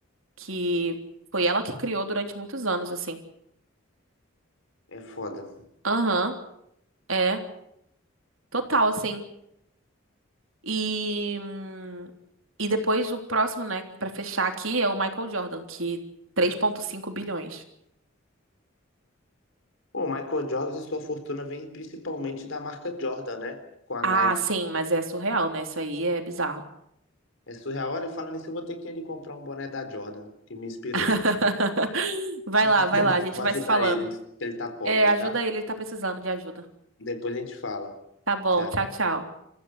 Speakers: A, on the right (about 80°); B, on the left (about 70°).
A: que foi ela que criou durante muitos anos, assim.
B: É foda.
A: Aham, É, total, assim. E, hum, e depois o próximo, né, pra fechar aqui é o Michael Jordan, que três vírgula cinco bilhões.
B: O Michael Jordan e sua fortuna vem principalmente da marca Jordan, né? Com a
A: Ah,
B: Nike.
A: sim, mas é surreal, né? Isso aí é bizarro.
B: É surreal. Olha, falando nisso, eu vou ter que ele comprar um boné da Jordan, que me inspirou.
A: <laughs> Vai
B: <laughs>
A: lá, vai lá, a gente
B: Vou
A: vai
B: ajudar
A: se falando.
B: ele, que ele tá pobre,
A: É, ajuda
B: tá?
A: ele, ele tá precisando de ajuda.
B: Depois a gente fala.
A: Tá bom,
B: Tchau.
A: tchau, tchau.